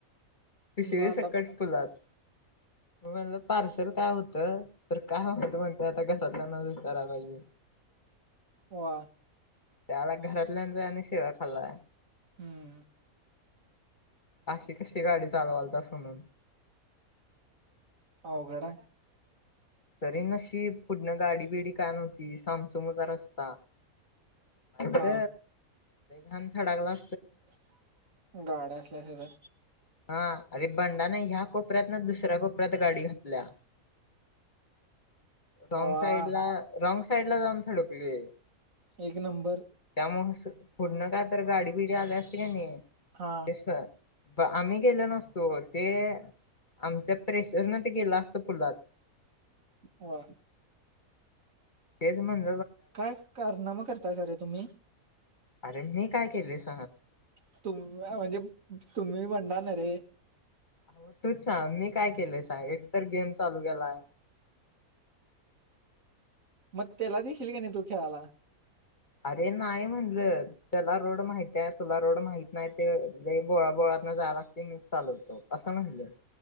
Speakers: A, on the left; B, on the right.
A: पिशिवी
B: मग आता
A: सकट पुुलात मला पार्सेल काय होतं. तर काय त म्हणतेय आता कस न विचारा पाहिजे
B: वा.
A: त्याला घरात, लान जायन-सवा खालाय.
B: हम्म
A: अशी कशी गाडी चालवाल त अस म्हणून.
B: अवघड हाय,
A: तरी नशी पुढण गाडी बिडी काय नव्हती साम-सुम होता रस्ता. <unintelligible>
B: हा
A: ह थडा-कला.
B: <unintelligible> गाड्या असल्यास तर.
A: हा अरे बंडाने ह्या कोपऱ्यात ना दुसऱ्या कोपऱ्यात गाडी घातल्या. रॉंग
B: वा
A: साईड ला रॉंग सा. साईड ला जाऊन थडकली.
B: एक नंबर.
A: मग पुडण का तर गाडी बिडी आल्या असते का नाही.
B: हा
A: एस, आम्ही गेलो नसतो ते आमच्या प्रेशर न ते गेलं असतं पुलात.
B: वा,
A: तेज म्हण
B: काय, कारनामा कर. त्या सारे तुम्ही.
A: अरे मी काय केलेस.
B: <unintelligible>
A: हो तूच सांग, मी काय केलंय सांग एकतर गेम चालू केलाय.
B: मग त्याला दिशील का नाही तू खेळायला.
A: अरे नाही म्हणलं त्याला रोड माहित आहे, तुला रोड माहित नाही, ते बोळा बोळात ना जाय लागते मी चालवतो असं म्हणलं.